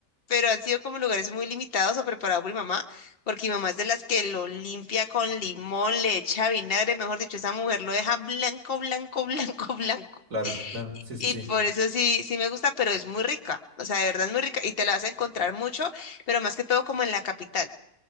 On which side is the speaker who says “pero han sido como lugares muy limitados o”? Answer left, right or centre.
Left